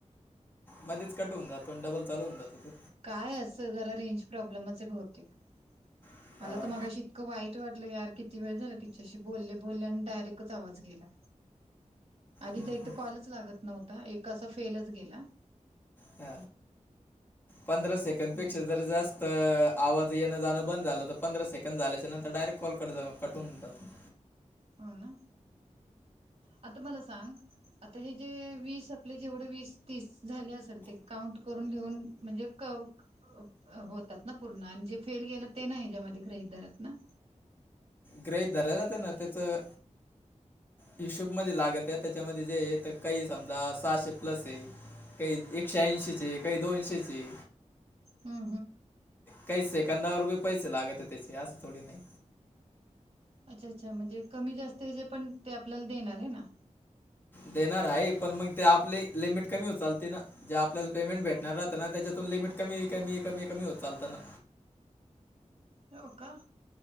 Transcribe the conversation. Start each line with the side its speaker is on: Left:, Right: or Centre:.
Left: मध्येच कट होवून जातो डबल चालू होवून जातो ते
Right: काय अस जरा रेंज प्रॉब्लेमच हाय भौतेक
Left: हां.
Right: मला त मगाशी इतकं वाईट वाटलं यार किती वेळ झाला तिच्याशी बोल्ले बोल्ले आणि डायरेक्टच आवाज गेला. आधी
Left: हं,
Right: त एक
Left: हं.
Right: त कॉलच लागत नव्हता एक असा फेलच गेला.
Left: ह पंधरा सेकंड
Right: हो
Left: पेक्षा जर जास्त अ आवाज येणं जाणं बंद झालं तर पंधरा सेकंड झाल्याच्या नंतर डायरेक्ट कॉल कट झा कट होवून जातो.
Right: हो न आता मला सांग आता हे जे वीस आपले जेवढे वीस तीस झाले असेल ते काउंट करून घेऊन म्हणजे क अ होतात ना पूर्ण आणि जे फेल गेलं ते नाय हयाच्यामध्ये ग्रहित धरत ना
Left: ग्रहित धरल्या जाते ना त्याचं हिशोब मध्ये लागत्यात त्याच्यामध्ये जे येत काही समजा सहाशे प्लस ये काही एकशे ऐंशीचं ये चे काही दोनशेचं ये
Right: हूं
Left: काही सेकंदावर बी पैसे लागत्या त्याचे असं थोडी ना ये
Right: अच्छा अच्छा म्हणजे कमी जास्त जे पण ते आपल्याला देणार हे ना
Left: देणार हाये पण मग ते आपले लिमिट कमी होत चालते ना जे आपल्याला पेमेंट भेटणार राहतं ना त्याच्यातून लिमिट कमी कमी कमी कमी होत चालत ना.
Right: हो का